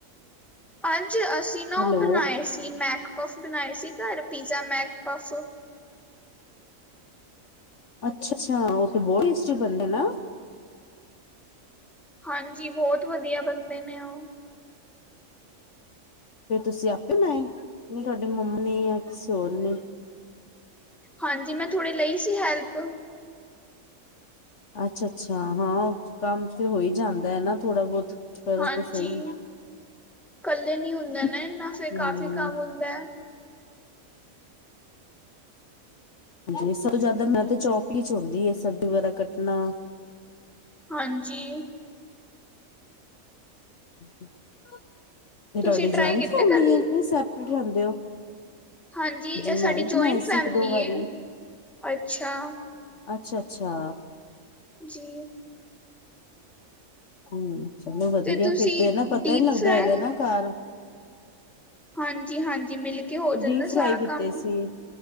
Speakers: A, in the centre; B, on the left (about 60°).
A: ਅੱਜ ਅਸੀਂ ਨਾ
B: ਹੈਲੋ
A: ਉਹ ਬਣਾਏ ਸੀ- ਤੀਨ ਮੈਕ ਪਫ ਬਣਾਏ ਸੀ ਘਰ ਪੀਜ਼ਾ ਮੈਕ ਪਫ-
B: ਅੱਛਾ-ਅੱਛਾ, ਉਹ ਤੇ ਬਹੁਤ ਟੇਸਟੀ ਬਣਦੇ ਨਾ?
A: ਹਾਂਜੀ ਬਹੁਤ ਵਧੀਆ ਬੰਦੇ ਨੇ ਉਹ।
B: ਫੇਰ ਤੁਸੀਂ ਆਪੇ ਬਣਾਏ ਤੁਹਾਡੇ ਮੰਮ ਨੇ ਜਾਂ ਕਿਸੇ ਹੋਰ ਨੇ?
A: ਹਾਂਜੀ, ਮੈਂ ਥੋੜ੍ਹੀ ਲਈ ਸੀ ਹੈਲਪ
B: ਅੱਛਾ-ਅੱਛਾ, ਹਾਂ ਕੰਮ ਫਿਰ ਹੋਈ ਜਾਂਦਾ ਹੈ ਨਾ ਥੋੜਾ ਬਹੁਤ ਕਰੋ
A: ਹਾਂਜੀ,
B: ਤੇ ਸਹੀ
A: ਇਕੱਲੇ ਨੀ ਹੁੰਦਾ
B: ਹਮ
A: ਨਾ ਇਨਾ ਫੇਿਰ ਕਾਫ਼ੀ ਕੰਮ ਹੁੰਦੇ।
B: ਹਾਂਜੀ, ਸਭ ਤੋਂ ਜ਼ਿਆਦਾ ਮੈਂ ਤਾਂ ਚੌਪ ਹੀ ਚ ਹੁੰਦੀ ਹੈ ਸਬਜ਼ੀ ਵਗੈਰਾ ਕੱਟਣਾ
A: ਹਾਂਜੀ।
B: ਤੇ
A: ਤੁਸੀਂ
B: ਤੁਹਾਡੀ
A: ਟਰਾਈ
B: ਜੁਆਇੰਟ
A: ਕੀਤੇ
B: ਫੈਮਿਲੀ
A: ਕਦੀ
B: ਹੈ, ਯਾਂ ਸੈਪਰੇਟ ਰਹਿੰਦੇ ਹੋ?
A: ਹਾਂਜੀ, ਇਹ ਸਾਡੀ
B: ਮੈਂ ਵੀ
A: ਜੋਆਇੰਟ
B: ਬਣਾਈ ਸੀ
A: ਫੈਮਲੀ
B: ਇੱਕ ਦੋ ਵਾਰੀ
A: ਏ। ਅੱਛਾ!
B: ਅੱਛਾ, ਅੱਛਾ।
A: ਜੀ।
B: ਹਮ, ਚਲੋ ਵਧੀਆ
A: ਤੇ ਤੁਸੀਂ
B: ਫਿਰ ਤੇ ਇਹ ਨਾ ਪਤਾ
A: ਡੀਪ
B: ਹੀ ਨਹੀਂ ਲੱਗਦਾ
A: ਫਰਾਈ
B: ਹੈਗਾ ਨਾ ਘਰ
A: ਹਾਂਜੀ, ਹਾਂਜੀ ਮਿਲ ਕੇ ਹੋ ਜਾਂਦਾ
B: ਡੀਪ ਫਰਾਈ
A: ਸਾਰਾ
B: ਕੀਤੇ
A: ਕੰਮ
B: ਸੀ